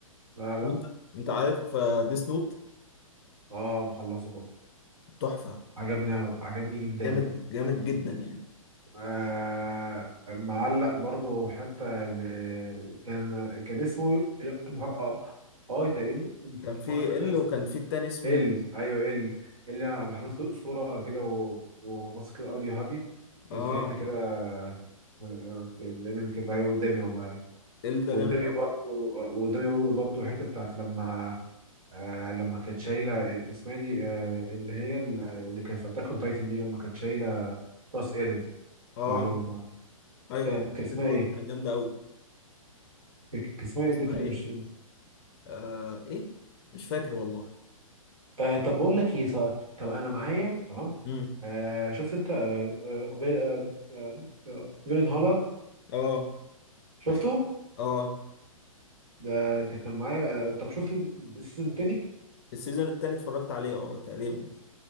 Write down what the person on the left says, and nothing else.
وانت
انت عارف آه، ديس نوت
تحفه
جامد جامد جدا يعني
كان في ال
وكان في التاني اسمه
اه
ال ده
جامد قوي
اه
ايوه
الحته
دي برضه
كانت جامده قوي
اسمها
ايه
آه ايه مش فاكر والله
امم
اه
اه
السيزون التاني اتفرجت عليه اه تقريبا